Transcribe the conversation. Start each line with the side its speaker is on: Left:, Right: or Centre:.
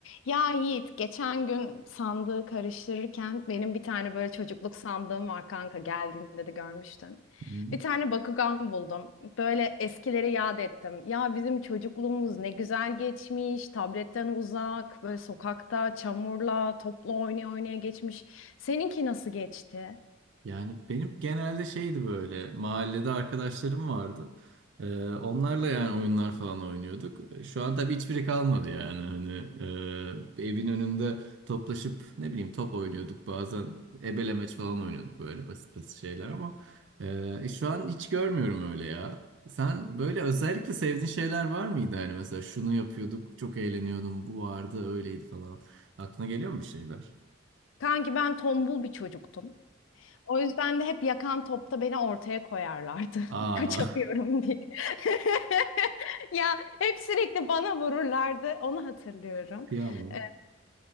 Left: Ya Yiğit, geçen gün sandığı karıştırırken benim bir tane böyle çocukluk sandığım var kanka geldiğinde de görmüştün.
Right: Hı.
Left: Bir tane Bakugan buldum. Böyle eskileri yad ettim. Ya bizim çocukluğumuz ne güzel geçmiş. Tabletten uzak, böyle sokakta çamurla, topla oynaya oynaya geçmiş. Seninki nasıl geçti?
Right: Yani benim genelde şeydi böyle mahallede arkadaşlarım vardı. Ee, onlarla yani oyunlar falan oynuyorduk. Ee, Şu an tabii hiçbiri kalmadı yani hani e, evin önünde toplaşıp ne bileyim top oynuyorduk bazen ebelemeç falan oynuyorduk böyle basit basit şeyler ama e, şu an hiç görmüyorum öyle ya. Sen böyle özellikle sevdiğin şeyler var mıydı hani mesela şunu yapıyorduk çok eğleniyordum bu vardı öyleydi falan aklına geliyor mu bir şeyler?
Left: Kanki ben tombul bir çocuktum. O yüzden de hep yakan topta beni ortaya koyarlardı.
Right: Aa.
Left: <laughs> Kaçamıyorum diye. <laughs> Ya hep sürekli bana vururlardı. Onu hatırlıyorum.
Right: <laughs> Kıyamam.
Left: Ee,